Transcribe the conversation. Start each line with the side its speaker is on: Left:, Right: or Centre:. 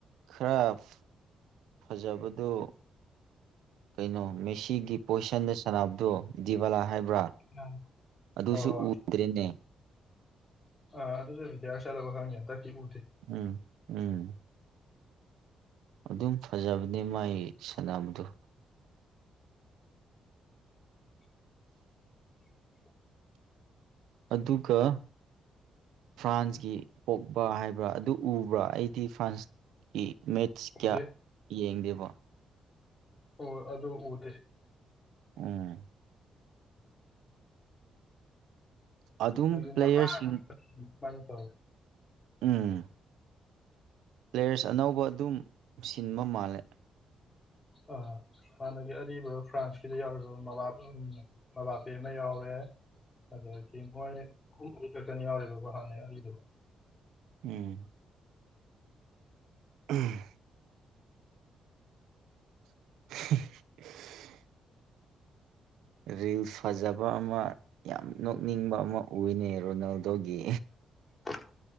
Right: ꯈꯔꯞ ꯐꯖꯕꯗꯣ ꯀꯩꯅꯣ ꯃꯦꯁꯤꯒꯤ ꯄꯣꯖꯤꯁꯟꯗ ꯁꯅꯕꯗꯨ ꯗꯤꯕꯂꯥ ꯍꯥꯏꯕ꯭ꯔꯥ
Left: ꯍꯣꯏ
Right: ꯑꯗꯨꯁꯨ
Left: ꯍꯣꯏ
Right: ꯎꯗ꯭ꯔꯦꯅꯦ
Left: ꯑꯥ ꯑꯗꯨꯁꯨ ꯔꯤꯇꯥꯌꯔ ꯆꯥꯠꯂꯕꯔ ꯈꯪꯗꯦ ꯍꯟꯗꯛꯇꯤ ꯎꯗꯦ
Right: ꯎꯝ ꯎꯝ ꯑꯗꯨꯝ ꯐꯖꯕꯅꯦ ꯃꯥꯏ ꯁꯥꯟꯅꯕꯗꯨ
Left: <inaudible>
Right: ꯑꯗꯨꯒ ꯐ꯭ꯔꯥꯟꯁꯀꯤ ꯄꯣꯛꯄ ꯍꯥꯏꯕ꯭ꯔꯥ ꯑꯗꯨ ꯎꯕ꯭ꯔꯥ ꯑꯩꯗꯤ ꯐ꯭ꯔꯥꯟꯁ ꯑꯩ ꯃꯦꯠꯁ ꯀꯌꯥ
Left: ꯎꯗꯦ
Right: ꯌꯦꯡꯗꯦꯕ
Left: ꯍꯣꯏ ꯑꯗꯨ ꯎꯗꯦ
Right: ꯎꯝ ꯑꯗꯨꯝ
Left: ꯍꯥꯏꯗꯤ
Right: ꯄ꯭ꯂꯦꯌꯔꯁꯤꯡ
Left: ꯅꯍꯥꯟ ꯑꯗꯨꯃꯥꯏꯅ ꯇꯧꯋꯤ
Right: ꯎꯝ ꯄ꯭ꯂꯦꯌꯔꯁ ꯑꯅꯧꯕ ꯑꯗꯨꯝ ꯁꯤꯟꯕ ꯃꯥꯜꯂꯦ
Left: ꯑꯥ ꯍꯥꯟꯅꯒꯤ ꯑꯔꯤꯕ ꯐ꯭ꯔꯥꯟꯁꯀꯤꯗ ꯌꯥꯎꯔꯤꯕ ꯃꯕꯥꯄ ꯃꯕꯥꯄꯦ ꯑꯃ ꯌꯥꯎꯔꯦ ꯑꯗꯒꯤ ꯃꯣꯏ ꯑꯍꯨꯝ ꯃꯔꯤ ꯈꯛꯇꯅꯤ ꯌꯥꯎꯔꯤꯕꯕꯣ ꯍꯥꯟꯅꯩ ꯑꯔꯤꯕꯕꯨ
Right: ꯎꯝ ꯎꯝ <unintelligible> ꯔꯤꯜ ꯐꯖꯕ ꯑꯃ ꯌꯥꯝ ꯅꯣꯛꯅꯤꯡꯕ ꯑꯃ ꯎꯏꯅꯦ ꯔꯣꯅꯥꯜꯗꯣꯒꯤ
Left: <inaudible>